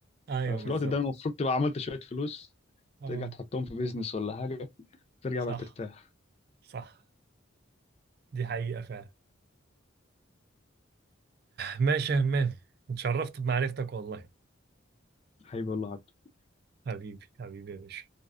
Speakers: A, on the right (about 55°); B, on the left (about 30°).
A: ايوه
B: ففي
A: بالظبط
B: الوقت ده المفروض تبقى عملت شوية فلوس
A: اه
B: ترجع تحطهم في بيزنس ولا حاجة ترجع
A: صح
B: بقى ترتاح
A: صح دي حقيقة فعلا ماشي يا همام اتشرفت بمعرفتك والله
B: حبيبي والله يا عبد
A: حبيبي حبيبي يا باشا